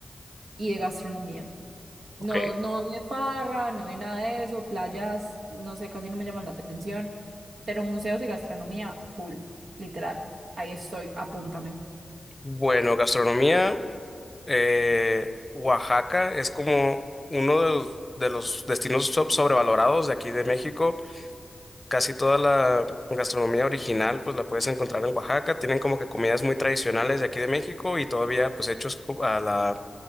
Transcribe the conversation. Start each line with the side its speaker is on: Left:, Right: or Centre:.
Right: y de gastronomía. No,
Left: Ok,
Right: no de farra, no de nada de eso, playas, no sé, casi no me llaman la atención, pero museos y gastronomía, full, literal. Ahí estoy, apúntame.
Left: bueno, gastronomía, eh, Oaxaca es como uno de los, de los destinos so- sobrevalorados de aquí de México. Casi toda la gastronomía original pues la puedes encontrar en Oaxaca. Tienen como que comidas muy tradicionales de aquí de México y todavía pues hechos co- a la